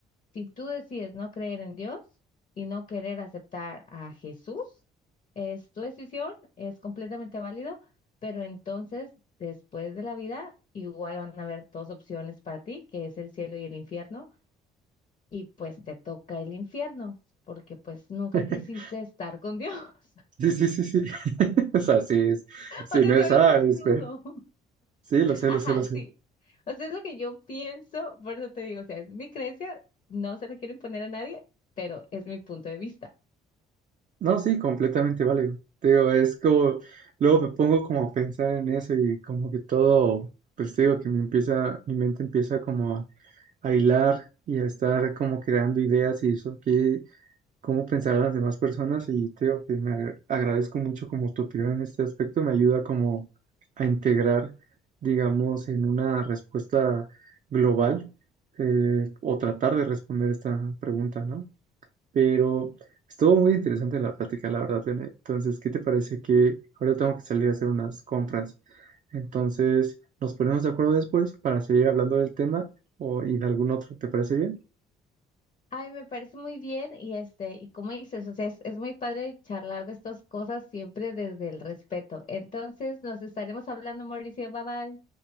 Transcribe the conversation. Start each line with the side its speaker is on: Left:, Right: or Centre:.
Left: Si tú decides no creer en Dios y no querer aceptar a Jesús, es tu decisión, es completamente válido, pero entonces después de la vida igual van a haber dos opciones para ti, que es el cielo y el infierno, y pues te toca el infierno, porque pues nunca
Right: <laughs>
Left: quisiste estar con Dios. <laughs>
Right: Sí, sí, sí, sí. <laughs> O sea, sí, es, sí,
Left: O sea,
Right: no es,
Left: se oye
Right: ah,
Left: muy rudo.
Right: es, eh, sí, lo sé,
Left: Ajá,
Right: lo sé, lo sé.
Left: sí. O sea, es lo que yo pienso, por eso te digo, o sea, es mi creencia, no se la quiero imponer a nadie, pero es mi punto de vista.
Right: No, sí, completamente válido. Te digo, es como, luego me pongo como a pensar en eso y como que todo, pues te digo que me empieza, mi mente empieza como a, a hilar y a estar como creando ideas y eso, que cómo pensar a las demás personas y te digo que me agra- agradezco mucho como tu opinión en este aspecto, me ayuda como a integrar, digamos, en una respuesta global eh, o tratar de responder esta pregunta, ¿no? Pero estuvo muy interesante la plática, la verdad, Bene. Entonces, ¿qué te parece que ahora tengo que salir a hacer unas compras? Entonces, nos ponemos de acuerdo después para seguir hablando del tema o y de algún otro, ¿te parece bien?
Left: Ay, me parece muy bien y este, y como dices, o sea, es, es muy padre charlar de estas cosas siempre desde el respeto. Entonces, nos estaremos hablando, Mauricio, bye bye.